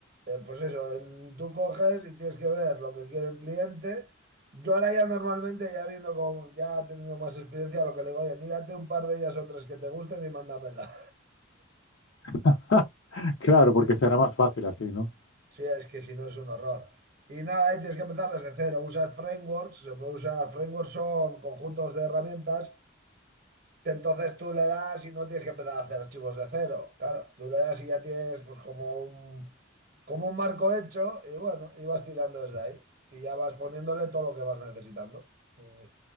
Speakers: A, on the right; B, on the left.
A: eh, pues eso, en- tú coges y tienes que ver lo que quiere el cliente. Yo ahora ya normalmente, ya viendo como ya teniendo más experiencia, lo que le digo, oye, mírate un par de ellas o tres que te gusten y mándamela.
B: <laughs> Claro, porque será más fácil así, ¿no?
A: Sí, es que si no es un horror. Y nada, ahí tienes que empezar desde cero. Usar frameworks, se puede usar, frameworks son conjuntos de herramientas que entonces tú le das y no tienes que empezar a hacer archivos de cero. Claro, tú le das y ya tienes pues como un, como un marco hecho y bueno, y vas tirando desde ahí y ya vas poniéndole todo lo que vas necesitando. Eh,